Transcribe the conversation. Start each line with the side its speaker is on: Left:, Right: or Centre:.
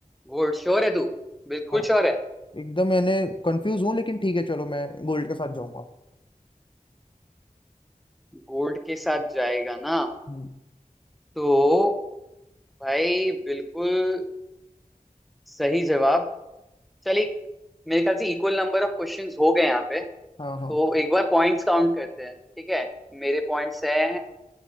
Centre: गोल्ड श्योर है तू बिल्कुल
Left: हाँ
Centre: श्योर है
Left: एकदम मैंने कंफ्यूज हूँ लेकिन ठीक है चलो मैं गोल्ड के साथ जाऊंगा
Centre: गोल्ड के साथ जाएगा ना
Left: हम्म,
Centre: तो भाई बिल्कुल सही जवाब चल एक मेरे ख्याल से इक्वल नंबर ऑफ क्वेश्चंस हो गए यहाँ पे
Left: हाँ
Centre: तो
Left: हाँ
Centre: एक बार पॉइंट्स काउंट करते हैं ठीक है मेरे पॉइंट्स हैं